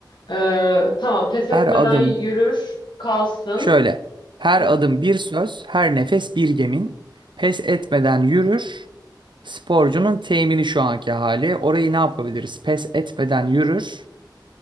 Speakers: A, on the left; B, on the right.
A: Ee, tamam, pes etmeden
B: Her adım
A: yürür, kalsın.
B: şöyle. Her
A: Heh.
B: adım bir söz, her nefes bir yemin. Pes etmeden yürür. Sporcunun temini şu anki hali. Orayı ne yapabiliriz? Pes etmeden yürür.